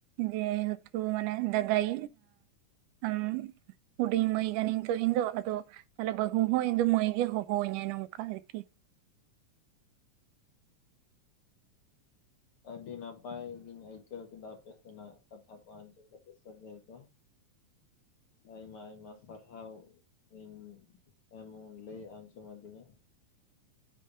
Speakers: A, on the right (about 90°); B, on the left (about 55°).
A: ᱡᱮᱦᱮᱛᱩ ᱢᱟᱱᱮ ᱫᱟᱫᱟᱭ ᱮᱸ ᱦᱩᱰᱤᱧ ᱢᱟᱹᱭ ᱠᱟᱹᱱᱟᱹᱧ ᱛᱚ ᱤᱧ ᱫᱚ ᱟᱫᱚ ᱛᱟᱦᱞᱮ ᱵᱟᱹᱦᱩ ᱦᱚᱸ ᱤᱧ ᱫᱚ ᱢᱟᱹᱭ ᱜᱮ ᱦᱚᱦᱚᱣ ᱟᱹᱧᱟᱭ ᱱᱚᱝᱠᱟ ᱨᱤᱛᱤ᱾ <inaudible>
B: ᱟᱹᱰᱤ ᱱᱟᱯᱟᱭ ᱜᱤᱧ ᱟᱹᱭᱠᱟᱹᱣ ᱠᱮᱫᱟ ᱟᱯᱮ ᱥᱮᱱᱟᱜ ᱠᱟᱛᱷᱟ ᱠᱚ ᱟᱸᱡᱚᱢ ᱠᱟᱛᱮ ᱥᱟᱹᱜᱟᱹᱭ ᱠᱚ᱾
A: <inaudible>
B: ᱟᱭᱢᱟ ᱟᱭᱢᱟ ᱥᱟᱨᱦᱟᱹᱣ ᱤᱧ ᱮᱢᱚᱱ ᱞᱟᱹᱭ ᱟᱡᱚᱢ ᱟᱫᱤᱧᱟ